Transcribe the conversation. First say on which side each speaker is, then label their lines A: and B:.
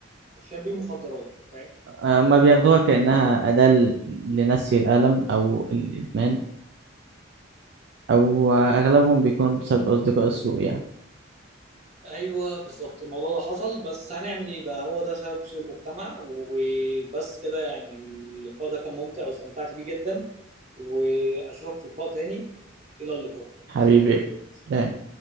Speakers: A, on the right (about 35°); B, on the right (about 60°).
A: شاربين مخدرات فاهم
B: ما بياخدوها كأنها أداة ل- لنسي الألم أو الإدمان أو أغلبهم بيكونوا بسبب أصدقاء السوء يعني
A: ايوه بالظبط الموضوع ده حصل بس هنعمل ايه بقى هو ده سبب سوء المجتمع وبس كده يعني اللقاء ده كان ممتع واستمتعت بيه جدا واشوفك في لقاء تاني الى اللقاء
B: حبيبي
A: سلام
B: سلام